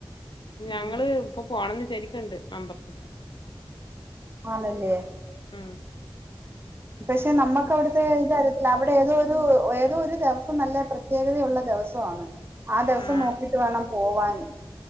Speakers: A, on the left; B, on the right.
A: ഞങ്ങള്
B: ഉം
A: ഇപ്പൊ പോണംന്ന് വിചാരിക്കുന്നുണ്ട് മമ്പറം
B: ആണല്ലേ
A: മ്മ്
B: പക്ഷെ നമ്മുക്ക് അവിടുത്തെ ഇതറിയത്തില്ല അവിടെ ഏതോ ഒരു ഏതോ ഒരു നല്ല പ്രത്യേകതയുള്ള ദിവസമാണ് ആ ദിവസം
A: ആഹ്
B: നോക്കിട്ട് വേണം പോവാന്